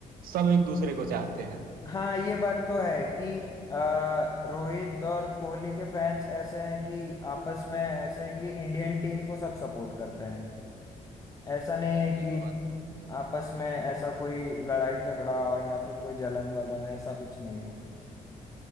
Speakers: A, on the right (about 85°); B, on the left (about 25°).
A: सब एक दूसरे को चाहते हैं
B: हाँ ये बात तो है कि अ, रोहित और कोहली के फैंस ऐसे हैं कि आपस में ऐसे कि इंडियन टीम को सब सपोर्ट करते हैं ऐसा नहीं है
A: ये
B: कि
A: तो बात है।
B: आपस में ऐसा कोई लड़ाई झगड़ा या फिर कोई जलन वलन ऐसा कुछ नहीं है